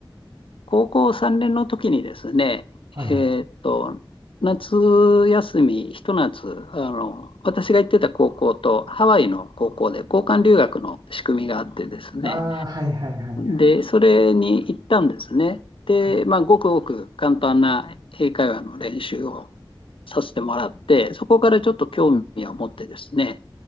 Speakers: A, on the left; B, on the right.
A: 高校3年の時にですね、
B: はいはい。
A: えっと、夏休み、ひと夏、あの、私が行ってた高校とハワイの高校で交換留学の仕組みがあってですね、
B: ああ、はいはいはいはい。
A: で、それに行ったんですね。で、
B: はい。
A: まあ、ごくごく簡単な英会話の練習をさせてもらって、そこからちょっと興味を持ってですね、